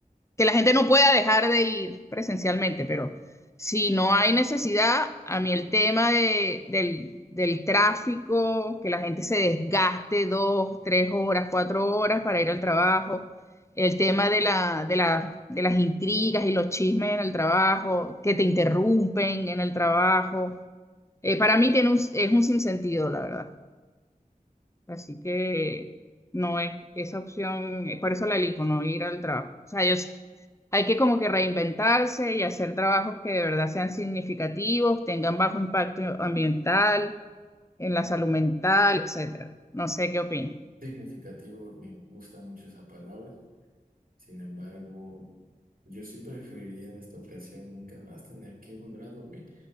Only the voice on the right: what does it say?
Significativo, me gusta mucho esa palabra. Sin embargo, yo sí preferiría en esta ocasión nunca más tener que volver a dormir.